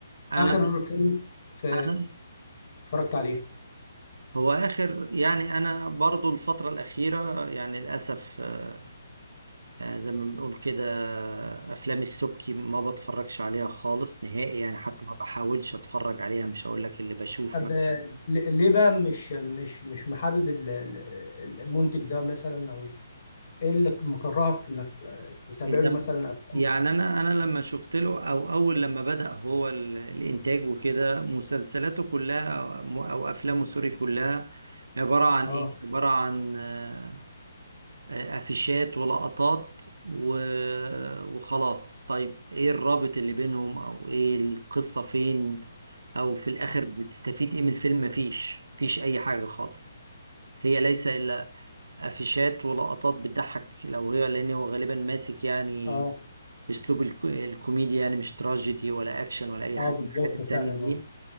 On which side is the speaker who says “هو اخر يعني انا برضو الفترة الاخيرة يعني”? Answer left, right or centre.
Right